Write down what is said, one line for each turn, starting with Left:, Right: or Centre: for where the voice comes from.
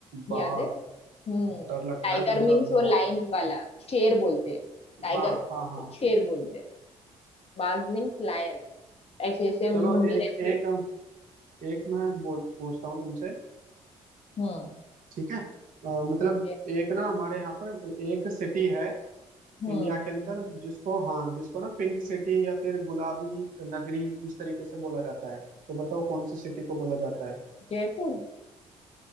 Right: बाघ
Left: याद है हम्म
Right: डर लगता
Left: टाइगर
Right: है बहुत ज्यादा
Left: मीन्स वो
Right: बाघ
Left: लाइन वाला शेर बोलते हैं टाइगर
Right: हाँ हाँ
Left: को
Right: हाँ
Left: शेर बोलते हैं बाघ मीन्स लायन ऐसे ऐसे
Right: चलो
Left: मुंडी
Right: एक
Left: रहती
Right: एक
Left: है
Right: एक मैं बोल पूछता हूँ तुमसे
Left: हम्म
Right: ठीक है अ, मतलब
Left: ठीक है
Right: एक ना हमारे यहाँ पर एक सिटी है
Left: हम्म
Right: इंडिया के अंदर जिसको हाँ जिसको ना पिंक सिटी या फिर गुलाबी नगरी इस तरीके से बोला जाता है तो बताओ कौन सी सिटी को बोला जाता है
Left: जयपुर